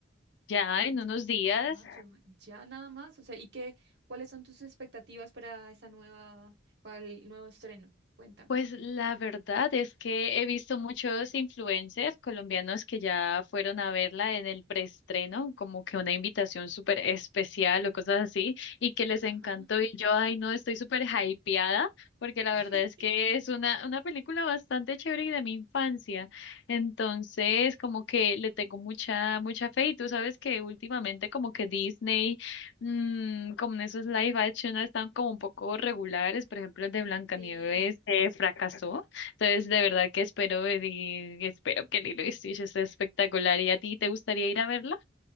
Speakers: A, on the left; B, on the right.
A: Ya
B: 26
A: en unos días
B: de mayo, ya nada más. O sea, ¿y qué, cuáles son tus expectativas para esa nueva, para el nuevo estreno? Cuéntame.
A: Pues la verdad es que he visto muchos influencers colombianos que ya fueron a verla en el preestreno, como que una invitación súper especial o cosas así, y que les
B: Ajá.
A: encantó. Y yo, ay, no, estoy súper hypeada, porque la
B: <laughs>
A: verdad es que es una, una película bastante chévere y de mi infancia. Entonces, como que le tengo mucha, mucha fe. Y tú sabes que últimamente, como que Disney mm, como en esos live action no están como un poco regulares, por ejemplo, el de Blancanieves
B: Sí.
A: eh, fracasó, entonces de verdad que espero ver y espero que Lilo y Stitch esté espectacular. ¿Y a ti te gustaría ir a verla?